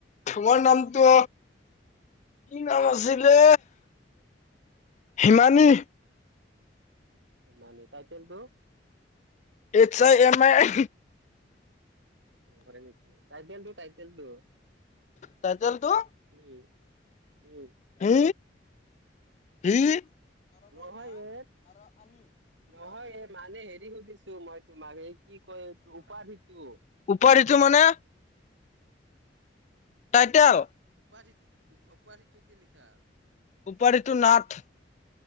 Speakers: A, on the left; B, on the right.
A: তো মাৰ নামটো কি নাম আছিলে হিমানী।
B: হিমানী টাইটেলটো
A: এচ আই এম আই
B: ঘৰে নিকি টাইটেলটো টাইটেলটো
A: টাইটেল টো
B: ইম, উম
A: এ এ
B: নহয় এ' নহয় এ' মানে হেৰি সুধিছো মই তোমাৰ সেই কি কয় উপাধিটো।
A: উপধিটো মানে টাইটেল
B: উপাধিটো উপাধিটো কি লিখা?
A: উপাধিটো নাথ।